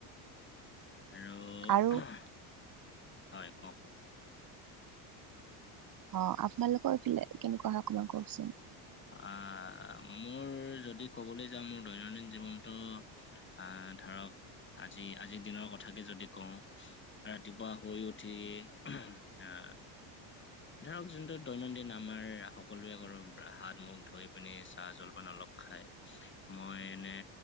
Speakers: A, on the left (about 25°); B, on the right (about 45°).
A: আৰু
B: আৰু
A: হয় কওঁক
B: অ' আপোনালোকৰ এইফালে কেনেকুৱা হয় অকমান কওঁকচোন
A: আ মোৰ যদি ক'বলৈ যাওঁ মোৰ দৈনন্দিন জীৱনটো আ ধৰক আজি আজিৰ দিনৰ কথাকে যদি কওঁ ৰাতিপুৱা শুই উঠিয়েই আ ধৰক জোনটো দৈনন্দিন আমাৰ সকলোৱে কৰোঁ হাত-মুখ ধুই পিনি চাহ-জলপান অলপ খাই মই এনে